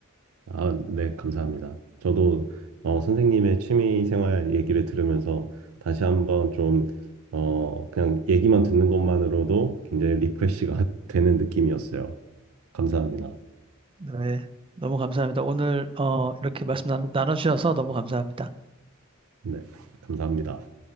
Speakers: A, on the right; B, on the right.
A: 아, 네, 감사합니다. 저도 어, 선생님의 취미 생활 얘기를 들으면서 다시 한번 좀 어, 그냥 얘기만 듣는 것만으로도 굉장히 리프레시가 <laughs> 되는 느낌이었어요. 감사합니다.
B: 네, 너무 감사합니다. 오늘 어, 이렇게 말씀 나 나눠주셔서 너무 감사합니다.
A: 네, 감사합니다.